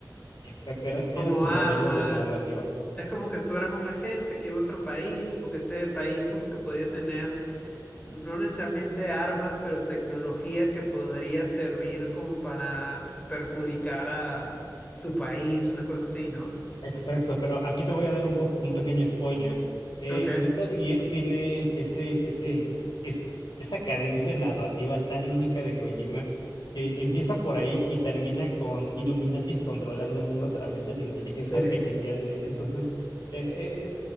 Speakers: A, on the left; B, on the left.
A: exacto, era,
B: como
A: era su
B: armas.
A: modelo de narrativa.
B: Es como que tú eras un agente que iba a otro país, porque ese país como que podía tener no necesariamente armas, pero tecnología que podría servir como para perjudicar a tu país, una cosa así, ¿no?
A: Exacto, pero aquí te voy a dar un, po- un pequeño spoiler. Eh,
B: Ok.
A: Metal Gear tiene ese, ese, es, esa cadencia narrativa tan única de Kojima que empieza por ahí y termina con Illuminatis controlando el mundo a través de la inteligencia
B: Sí,
A: artificial. Eh, Entonces, eh, eh, eh,